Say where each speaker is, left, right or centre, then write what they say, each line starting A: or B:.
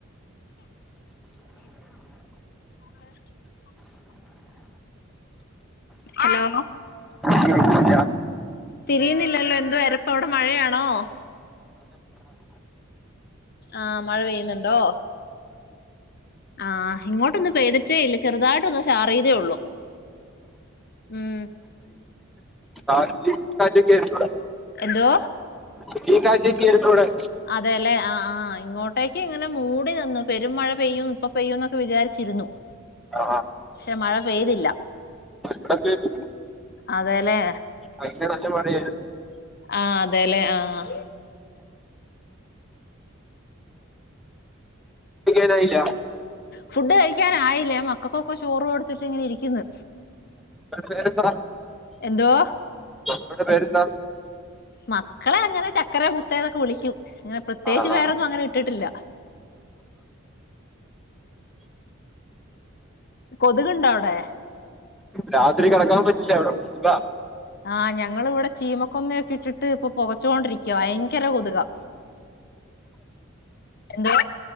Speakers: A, on the left; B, in the centre.
A: ഹലോ
B: കേൾക്കുന്നില്ല
A: തിരിയുന്നില്ലല്ലോ എന് വരപ്പ അവിടെ മഴയാണോ ആഹ മഴ പെയ്യുന്നുണ്ടോ ആഹ ഇങ്ങോട്ടൊന്നും പെയ്തിട്ടേ ഇല്ല ചെറുതായിട്ടൊന്ന് ചാറിയതേ ഉള്ളു ഉം
B: ആ അ കേട്ടൂട
A: എന്തോ
B: <inaudible>
A: അതെല്ലെ ആ ആ ഇങ്ങോട്ടേക്ക് ഇങ്ങനെ മൂടി നിന്നു പെരും മഴ പെയ്യും ഇപ്പ പെയ്യൂന്നൊക്കെ വിചാരിച്ചിരുന്നു
B: ആ
A: പക്ഷെ മഴ പെയ്തില്ല
B: വ്ടെ പെയ്തു
A: അതെല്ലേ
B: <inaudible>
A: ആഹ് അതെല്ലേ ആഹ്.
B: <inaudible> നായില്ല.
A: ഫുഡ് കഴിക്കാൻ ആയില്ല മക്കക്കൊക്കെ ചോറും കൊടുത്തിട്ട് ഇങ്ങനെ ഇരിക്കുന്നു.
B: പേരെന്താ
A: എന്തോ
B: അവിടെ പേരെന്താ
A: മക്കളെ അങ്ങനെ ചക്കര മുത്തേന്നൊക്കെ വിളിക്കും അങ്ങനെ പ്രത്യേകിച്ച്
B: ആ ആ
A: വേറൊന്നും അങ്ങനെ ഇട്ടിട്ടില്ല കൊതുക്ണ്ടോ അവിടെ
B: രാത്രി കിടക്കാൻ പറ്റില്ല ഇവിടെ കൊതുക
A: ആഹ് ഞങ്ങളിവിടെ ചീമക്കൊന്നൊക്കെ ഇട്ടിട്ട് ഇപ്പൊ പൊകച്ചോണ്ടിരിക്ക ഭയങ്കര കൊതുകാ എന്തോ